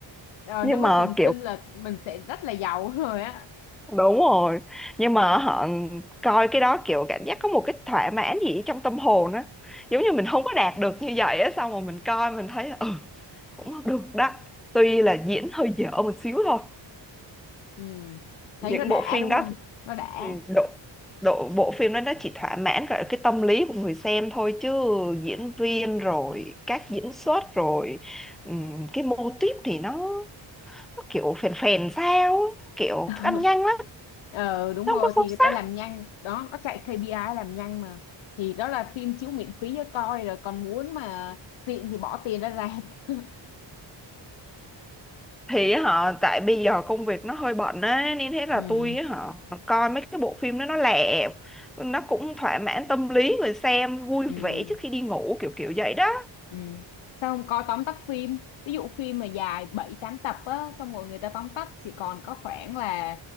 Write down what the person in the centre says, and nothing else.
nhưng
mà
kiểu
đúng rồi nhưng mà họ coi cái đó kiểu cảm giác có một cái thỏa mãn gì trong tâm hồn á giống như mình không có đạt được như vậy á xong rồi mình coi mình thấy ừ cũng được đó tuy là diễn hơi dở một xíu thôi
những
bộ phim
đó
Ừ, độ độ bộ phim đó nó chỉ thỏa mãn gọi là cái tâm lý của người xem thôi chứ diễn viên rồi các diễn xuất rồi ừm, cái mô típ thì nó, nó kiểu phèn phèn sao á, kiểu
thức ăn nhanh lắm
nó
không có sâu
sắc
thì họ tại bây giờ công việc nó hơi bận á nên thế là
tôi họ coi mấy cái bộ phim đó nó lẹ nó cũng thỏa mãn tâm lý người xem vui
vẻ trước khi đi ngủ kiểu kiểu vậy đó